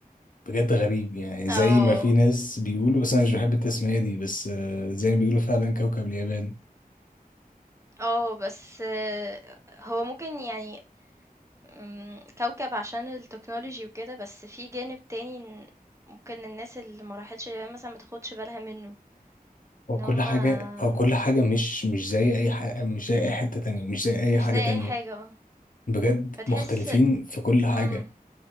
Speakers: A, on the left; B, on the right.
A: بجد غريب يعني
B: اه
A: زي ما في ناس بيقولوا بس أنا مش بحب التسمية دي بس آه زي ما بيقولوا فعلا كوكب اليابان
B: اه بس آه، هو ممكن يعني مم، كوكب عشان التكنولوجي وكده بس في جانب تاني إن ممكن الناس اللي ما راحتش اليابان مثلا ما تاخدش بالها منه
A: هو
B: ان هما
A: كل حاجة هو كل حاجة مش مش زي أي حاجة مش زي أي حتة تانية مش زي أي
B: مش
A: حاجة
B: زي
A: تانية
B: اي حاجة اه
A: بجد
B: فتحس
A: مختلفين في كل حاجة
B: امم